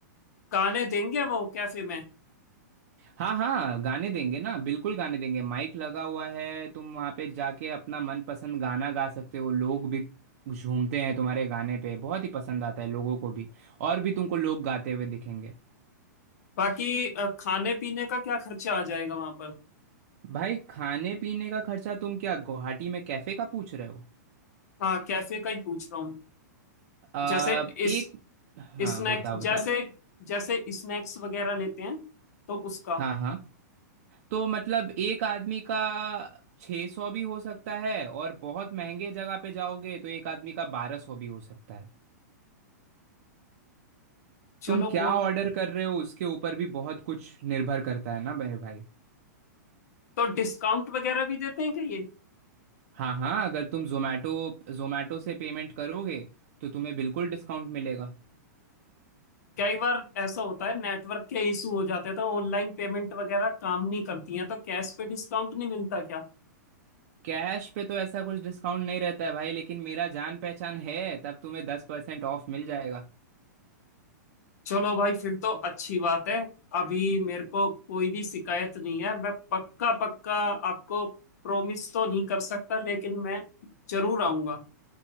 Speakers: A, on the left (about 60°); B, on the right (about 55°).
A: गाने देंगे वो कैफे में
B: हाँ हाँ गाने देंगे ना बिल्कुल गाने देंगे माइक लगा हुआ है तुम वहाँ पे जाके अपना मनपसंद गाना गा सकते हो लोग भी झूमते हैं तुम्हारे गाने पे बहुत ही पसंद आता है लोगों को भी और भी तुमको लोग गाते हुए दिखेंगे
A: बाकी अ, खाने पीने का क्या खर्चा आ जाएगा वहां पर
B: भाई खाने पीने का खर्चा तुम क्या गुवाहाटी में कैफे का पूछ रहे हो
A: हाँ कैफे का ही पूछ रहा हूँ
B: आ,
A: जैसे इस
B: एक हाँ
A: स्नैक्स
B: बताओ बताओ
A: जैसे जैसे स्नैक्स वगैरह लेते हैं तो उसका
B: हाँ हाँ तो मतलब एक आदमी का 600 सौ भी हो सकता है और बहुत महंगे जगह पे जाओगे तो एक आदमी का बारह सौ भी हो सकता है
A: चलो
B: तुम क्या
A: को
B: ऑर्डर कर रहे हो उसके ऊपर भी बहुत कुछ निर्भर करता है ना मेरे भाई
A: तो डिस्काउंट वगैरह भी देते हैं क्या ये
B: हाँ हाँ अगर तुम जोमेटो जोमेटो से पेमेंट करोगे तो तुम्हें बिल्कुल डिस्काउंट मिलेगा
A: कई बार ऐसा होता है नेटवर्क के इशू हो जाते हैं तो ऑनलाइन पेमेंट वगैरह काम नहीं करती है तो कैश पे डिस्काउंट नहीं मिलता क्या
B: कैश पे तो ऐसा कुछ डिस्काउंट नहीं रहता है भाई लेकिन मेरा जान पहचान है तब तुम्हें दस परसेंट ऑफ मिल जाएगा
A: चलो भाई फिर तो अच्छी बात है अभी मेरे को कोई भी शिकायत नहीं है मैं पक्का पक्का आपको प्रॉमिस तो नहीं कर सकता लेकिन मैं जरूर आऊंगा